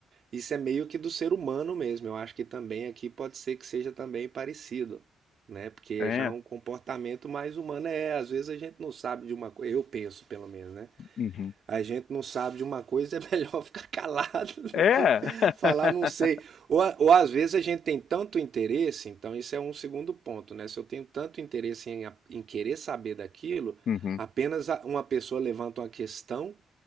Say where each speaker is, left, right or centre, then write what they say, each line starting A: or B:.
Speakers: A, on the right (about 55°); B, on the left (about 60°).
A: isso é meio que do ser humano mesmo. Eu acho que também aqui pode ser que seja também parecido, né? Porque
B: É,
A: já é um comportamento mais humano é, às vezes a gente não sabe de uma coisa, eu penso pelo menos, né?
B: uhum.
A: A gente não sabe de uma coisa, é melhor <laughs> ficar calado do
B: É,
A: que
B: <laughs>
A: falar não sei. Ou, a- ou às vezes a gente tem tanto interesse, então isso é um segundo ponto, né? Se eu tenho tanto interesse em, a- em querer saber daquilo,
B: Uhum,
A: apenas a- uma pessoa levanta uma questão,